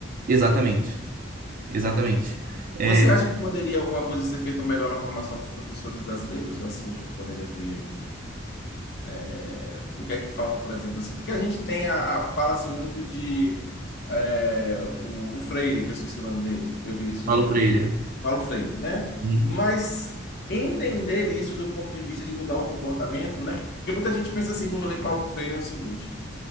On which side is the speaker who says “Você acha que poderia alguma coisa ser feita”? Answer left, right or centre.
Left